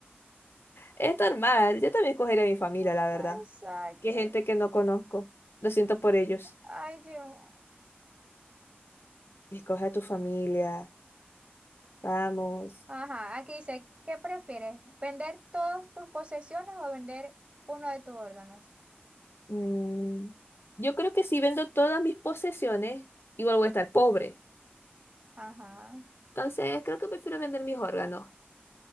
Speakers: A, on the left; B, on the right.
A: Es normal, yo también escogería a mi
B: <laughs>
A: familia, la verdad.
B: Ay, Exacto.
A: Que gente que no conozco. Lo siento por ellos.
B: Ay, Dios.
A: Escoge a tu familia. Vamos.
B: Ajá, aquí dice, ¿qué prefieres? ¿Vender todas tus posesiones o vender uno de tus órganos?
A: Mm, Yo creo que si vendo todas mis posesiones, igual voy a estar pobre.
B: Ajá.
A: Entonces, creo que prefiero vender mis órganos.